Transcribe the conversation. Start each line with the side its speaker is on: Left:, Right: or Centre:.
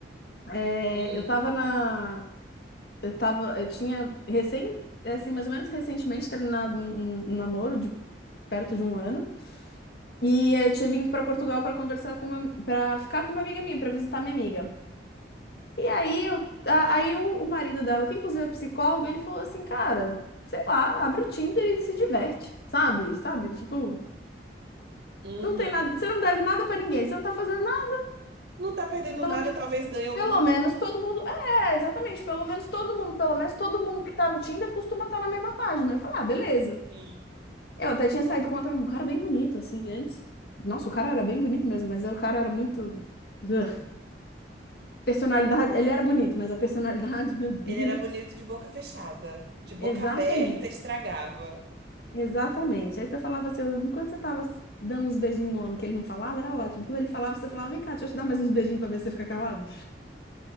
Left: é,
Right: Hum,
Left: eu tava na, Eu tava, eu tinha recém, é assim, mais ou menos recentemente terminado um, um- um namoro de perto de um ano. E eu tinha vindo para Portugal para conversar com uma, para ficar com uma amiga minha, para visitar minha amiga. E aí, eu, a- aí o, o marido dela, que inclusive é psicólogo, ele falou assim, cara, sei lá, abre o Tinder e se diverte, sabe? Sabe? Tipo,
Right: uhum.
Left: não tem nada, você não deve nada para ninguém, você não tá fazendo nada.
Right: Não tá perdendo
Left: Pelo
Right: nada,
Left: menos,
Right: talvez ganhe alguma
Left: pelo
Right: coisa.
Left: menos todo mundo, é, exatamente, pelo menos todo mundo, pelo menos todo mundo que tá no Tinder costuma estar na mesma página. Eu falei, ah, beleza.
Right: Sim.
Left: Eu até tinha saído contra um cara bem bonito, assim, antes. Nossa, o cara era bem bonito mesmo, mas o cara era muito. Ugh. Personalidade. Ele era bonito, mas a personalidade, meu Deus.
Right: Ele era bonito de boca fechada. De boca
Left: Exatamente.
Right: aberta, estragava.
Left: Exatamente. Aí você falava assim, enquanto você tava dando uns beijinhos no homem que ele não falava, era ótimo. Quando ele falava, você falava, vem cá, deixa eu te dar mais uns beijinhos pra ver se você fica calado.